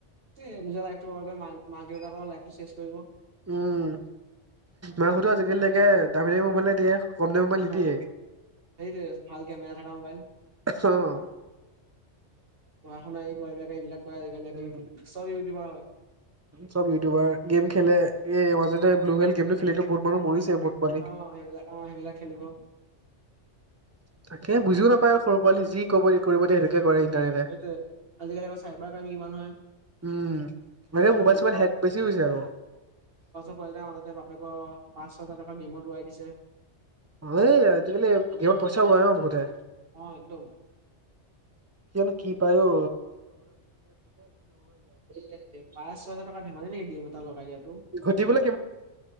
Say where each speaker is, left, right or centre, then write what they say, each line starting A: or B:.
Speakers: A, on the right; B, on the right.
A: এ নিজৰ লাইফটো বৰবাদ কৰি মাক মাক দেউতাকৰ লাইফটো চেচ কৰিব
B: উম, মাকহতেও আজিকালি তাকে দামী দামী মোবাইলে দিয়ে কম দামী মোবাইল
A: অ',
B: নিদিয়ে।
A: সেইটোৱে ভাল কেমেৰা থাকা মোবাইল।
B: <unintelligible>
A: পঢ়া-শুনা এৰি পোৱালিবিলাকে এইবিলাক কৰে আজিকালি আকৌ
B: উম
A: ইউটিউব, চব ইউটিউবাৰ হয়।
B: চব ইউটিউবাৰ, গেম খেলে এই মাজতে ব্লু হেল গেমটো খেলিটো বহুত মানুহ মৰিছে বহুত পোৱালি।
A: অ সেইবিলাক অ সেইবিলাক খেলিব।
B: তাকে বুজিও নাপায় সৰু পোৱালি যি কব দি কৰিব দিয়ে সেইটোকে কৰে ইণ্টাৰনেটে।
A: সেইটোৱে আজিকালি আকৌ চাইবাৰ ক্ৰাইম কিমান হয়
B: উম, মানে মোবাইল-চোবাইল
A: আমাৰ ঘৰ
B: হেক বেছি হৈছে আক'।
A: পোৱালী এটা মাজতে বাপেকৰ পাচ ছয় লাখ টকা এটা গেইমত উৰাই দিছে।
B: অ এই আজিকালি গেমত পইচা উৰায় ন' বহুতে।
A: অ একদম।
B: কিয়নো, কি পায় অ।
A: এই পাঁচ
B: <unintelligible>
A: ছয় হাজাৰ টকা ধেমালি নেকি গেম এটা লগাই দিয়াতো
B: ঘটিবলৈ